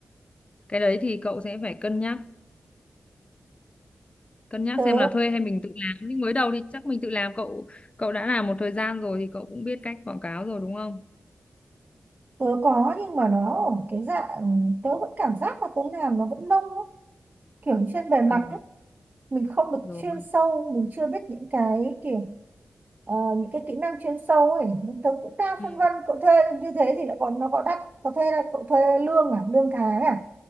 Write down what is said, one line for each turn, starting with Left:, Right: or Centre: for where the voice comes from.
Left: Cái đấy thì cậu sẽ phải cân nhắc cân nhắc
Right: tớ
Left: xem là thuê hay mình tự làm nhưng mới đầu thì chắc mình tự làm cậu cậu đã làm một thời gian rồi thì cậu cũng biết cách quảng cáo rồi đúng không
Right: tớ có nhưng mà nó ở cái dạng tớ vẫn cảm giác là tớ làm nó vẫn nông lắm, kiểu như trên bề mặt
Left: Ờ,
Right: đấy mình không được
Left: rồi
Right: chuyên sâu mình chưa biết những cái kiểu ờ, những cái kỹ năng chuyên sâu ấy nhưng tớ cũng đang
Left: ừ.
Right: phân vân cậu thuê như thế thì lại còn nó có đắt có thuê là cậu thuê lương à lương tháng à